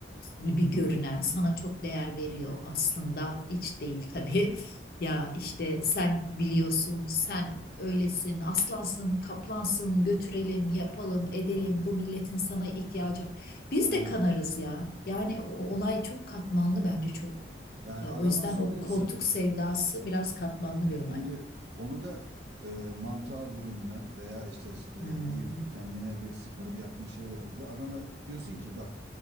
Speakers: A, on the left; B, on the right.
A: gibi görünen sana çok değer veriyor aslında hiç değil tabii. Ya işte sen biliyorsun, sen öylesin, aslansın, kaplansın, götürelim, yapalım, edelim.
B: Tabii.
A: Bu milletin sana ihtiyacı. Biz
B: Aynen.
A: de kanarız ya. Yani o olay çok katmanlı bence çok.
B: Yani
A: E,
B: adama
A: O yüzden
B: soruyorsun.
A: o koltuk sevdası biraz katmanlı bir
B: Şimdi
A: olay.
B: onu da e, mantığa bürünme veya işte e,
A: Hmm.
B: bir e, kendine bir siper yapmış şey olarak kullan. Adama diyorsun ki bak